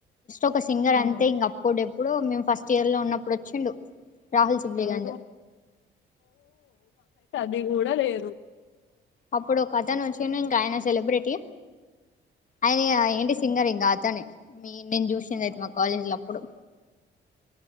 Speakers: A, on the left; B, on the left.
A: ఒక సింగర్
B: ఉమ్,
A: అంతే ఇంగ అప్పుడెప్ ప్పుడో మేము ఫస్ట్ ఇయర్ లో ఉన్నప్పుడు వచ్చిండు రాహుల్ సిబ్లీగంజ్
B: ఎవరు ది గూడా లేదు
A: అప్పుడు ఒక అతను వచ్చిన్ను ఇంకా ఆయన సెలబ్రిటీ ఆయన ఇగ ఏంటి
B: ఉమ్,
A: సింగర్ ఏం గాదు అని మీ నేను చూసిండే అయితే మా కాలేజీలో అప్పుడు